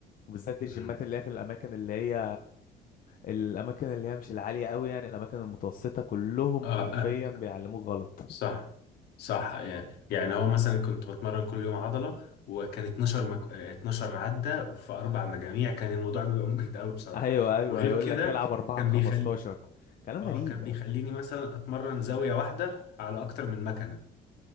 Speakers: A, on the left (about 55°); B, on the left (about 75°).
A: بالذات الجيمات
B: امم
A: اللي هي في الاماكن اللي هي الاماكن اللي هي مش العاليه قوي يعني الاماكن المتوسطه كلهم
B: آه,
A: حرفيا
B: آه.
A: بيعلموك غلط
B: صح صح يعني يعني هو مثلا كنت بتمرن كل يوم عضلة وكان 12 مك... آه، 12 عدة في اربع مجاميع كان الموضوع بيبقى مجهد قوي بصراحة
A: ايوه ايوه
B: وغير
A: يقول
B: كده
A: لك العب 4
B: كان
A: ب 15
B: بيخلي
A: كلام
B: اه
A: غريب
B: كان بيخليني مثلا اتمرن زاوية واحدة على اكتر من مكنة